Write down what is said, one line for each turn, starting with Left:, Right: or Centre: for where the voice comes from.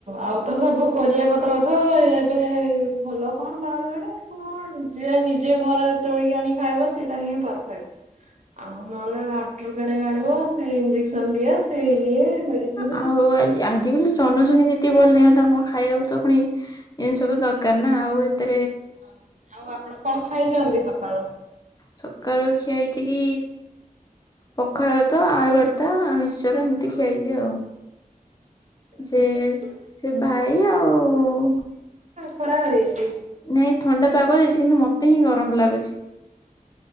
Right: ଆଉ ତ ସବୁ ପରିବା ପତ୍ର ତ ଏବେ ଭଲ କଣ ବାହାରିଲାଣି କ ହ ଯିଏ ନିଜେ ଘରେ ତୋଳିକି ଆଣିକି ଖାଇବ ସେଇଟା ହିଁ ପରଫେକ୍ଟ। ଆଉ ନହେଲେ ହାଟରୁ କିଣିକି ଆଣିବ ସେ ଇଞ୍ଜେକ୍ସନ ଦିଆ ସେ ଇଏ ମେଡିସିନ
Left: ଆ ହଉ ଆଜି ଆଜିକାଲି ଜନସଂଖ୍ୟା ଯେତିକି ବଢ଼ିଲେଣି ଆଉ ତାଙ୍କୁ ଖାଇବାକୁ ତ ପୁଣି ଜିନିଷ ତ ଦରକାର ନା ଆଉ ଏତେ
Right: ହ ଆଉ ଆପଣ କଣ ଖାଇଛନ୍ତି ସକାଳୁ?
Left: ସକାଳ ଖିଆ ହେଇଛି କି ପଖାଳ ଭାତ ଆଳୁ ଭର୍ତା ମୀଶ୍ଚର ଏମିତି ଖିଆ ହେଇଛି ଆଉ। ସେ
Right: ଖାଇଛନ୍ତି
Left: ସେ ଭାଇ ଆଉ
Right: ଖରାବେଳ ହେଇଛି।
Left: ନାଇଁ ଥଣ୍ଡା ପାଗ ଦେଇଛି କିନ୍ତୁ ମତେ ହିଁ ଗରମ ଲାଗୁଛି।